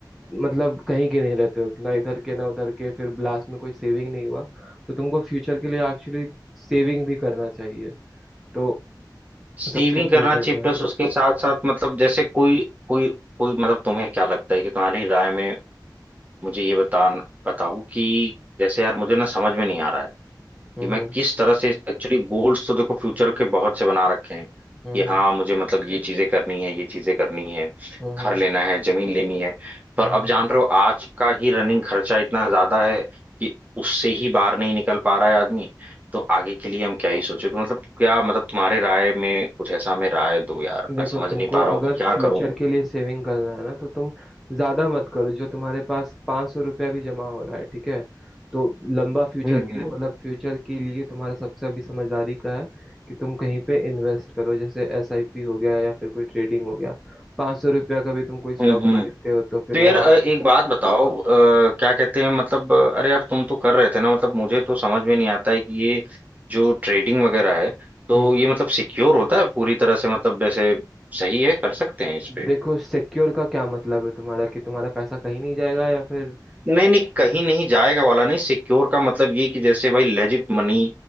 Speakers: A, in the centre; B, on the right.
A: मतलब कहीं के नहीं रहते हो ना इधर के ना उधर के फिर लास्ट में कोई सेविंग नहीं हुआ तो तुमको फ्यूचर के लिए एक्चुअली सेविंग भी करना चाहिए तो
B: सेविंग
A: सबसे इम्पोर्टेंट
B: करना चाहिए
A: है
B: प्लस उसके साथ साथ मतलब जैसे कोई कोई कोई मतलब तुम्हें क्या लगता है कि तुम्हारी राय में मुझे ये बता बताओ कि जैसे यार मुझे ना समझ में नहीं आ रहा है
A: हम्म
B: कि मैं
A: हम्म
B: किस तरह से एक्चुअली गोल्स तो देखो फ्यूचर के बहुत से बना रखे हैं
A: हम्म
B: कि हाँ मुझे मतलब ये चीजें करनी है ये चीजें करनी है
A: हम्म
B: घर
A: हम्म
B: लेना है जमीन लेनी है पर
A: हम्म, हम्म।
B: अब जान रहे हो आज का ही रनिंग खर्चा इतना ज्यादा है कि उससे ही बाहर नहीं निकल पा रहा है आदमी तो आगे के लिए हम क्या ही सोचे तो मतलब क्या मतलब तुम्हारे राय में कुछ ऐसा हमें राय दो यार
A: देखो
B: मैं समझ
A: तुमको
B: नहीं पा
A: अगर
B: रहा हूँ कि क्या
A: फ्यूचर
B: करूँ
A: के लिए सेविंग करना है ना तो तुम ज्यादा मत करो जो तुम्हारे पास पाँच सौ रुपया भी जमा हो रहा है ठीक है तो लंबा फ्यूचर
B: हम्म
A: के लिए मतलब फ्यूचर के लिए तुम्हारा सबसे अभी समझदारी का है कि तुम कहीं पे इन्वेस्ट करो जैसे एसआईपी हो गया या फिर कोई ट्रेडिंग हो गया पाँच सौ रुपया का भी तुम कोई स्टॉक
B: हम्म।
A: खरीदते हो तो फिर
B: तो
A: वो
B: यार अ,
A: आगे
B: एक बात बताओ अ, क्या कहते हैं मतलब अ, अरे यार तुम तो कर रहे थे ना मतलब मुझे तो समझ में नहीं आता है कि ये जो ट्रेडिंग वगैरह है तो
A: हम्म
B: ये मतलब सिक्योर होता है पूरी तरह से मतलब जैसे सही है कर सकते हैं इस पे
A: देखो सिक्योर का क्या मतलब है तुम्हारा कि तुम्हारा पैसा कहीं नहीं जाएगा या फिर
B: नहीं नहीं कहीं नहीं जाएगा वाला नहीं सिक्योर का मतलब ये कि जैसे भाई लेजिट मनी